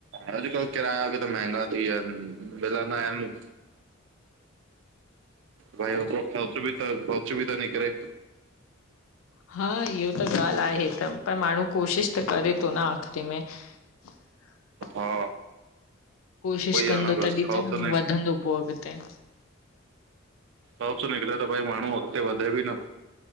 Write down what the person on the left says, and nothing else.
हा इहो त ॻाल्ह आहे त पर माण्हू कोशिश त करे थो न आख़िरी में। <inaudible>
कोशिश
कंदो,
तॾीं
त
वधंदो पो अॻिते।